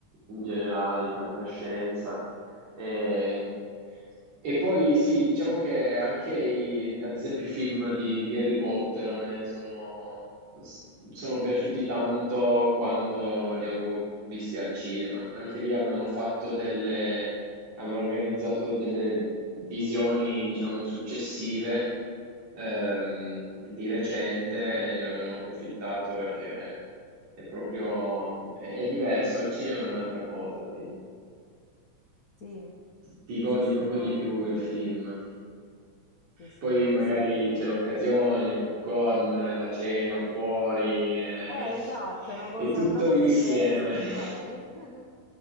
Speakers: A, on the right; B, on the left.
A: in generale di fantascienza. E, e poi sì, diciamo che anche i- ad esempio i film di, di Harry Potter a me sono, s- sono piaciuti tanto quando li avevo visti al cinema. Anche lì avevano fatto delle avevano organizzato delle visioni, diciamo, successive ehm, di recente e ne ho, ne ho approfittato perché è proprio, è, è diverso, al cinema è un'altra cosa, ti,
B: Sì,
A: ti- ti godi
B: sì, sì,
A: proprio
B: no,
A: di più
B: è vero.
A: il film.
B: Sì, sì,
A: Poi
B: no,
A: magari
B: assolutamente.
A: c'è l'occasione, i popcorn, la cena fuori, eh,
B: Eh,
A: <laughs>
B: esatto, è una cosa,
A: è tutto
B: una cosa
A: l'insieme.
B: diversa da
A: <laughs>
B: fare. <laughs>